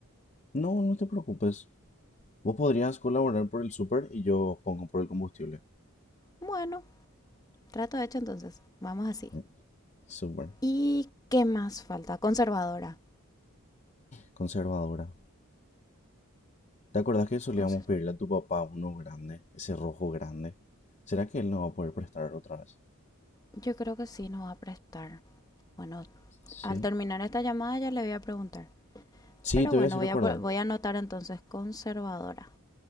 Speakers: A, on the left; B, on the left.
A: No, no te preocupes. Vos podrías colaborar por el súper y yo pongo por el combustible.
B: Bueno, trato hecho entonces. Vamos así.
A: Eh, Súper
B: ¿Y qué más falta? Conservadora.
A: conservadora. ¿Te acordás que solíamos
B: Conse-
A: pedirle a tu papá uno grande, ese rojo grande? ¿Será que él no va a poder prestar otra vez?
B: yo creo que sí nos va a prestar. Bueno,
A: Sí.
B: al terminar esta llamada ya le voy a preguntar.
A: Sí,
B: Pero
A: te
B: bueno,
A: voy a hacer
B: voy
A: acordar.
B: a, voy a anotar entonces conservadora.